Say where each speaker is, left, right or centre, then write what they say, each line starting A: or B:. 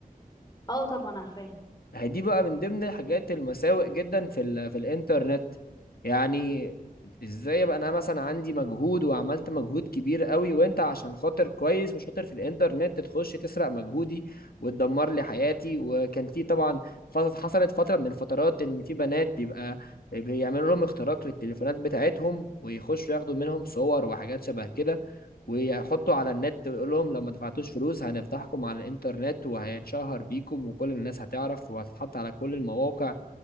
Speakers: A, on the left; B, on the left.
A: اه طبعا عارفاها
B: هي دي بقى من ضمن الحاجات المساوئ جدا في ال في الانترنت يعني ازاي ابقى انا مثلا عندي مجهود وعملت مجهود كبير قوي وانت عشان خاطر كويس وشاطر في الانترنت تخش تسرق مجهودي وتدمر لي حياتي وكان في طبعا ف- حصلت فترة من الفترات ان في بنات بيبقى بيعملوا لهم اختراق للتليفونات بتاعتهم ويخشوا ياخدوا منهم صور وحاجات شبه كده ويحطوا على النت ويقول لهم لو ما دفعتوش فلوس هنفضحكم على الانترنت وهيتشهر بيكم وكل الناس هتعرف وهتتحط على كل المواقع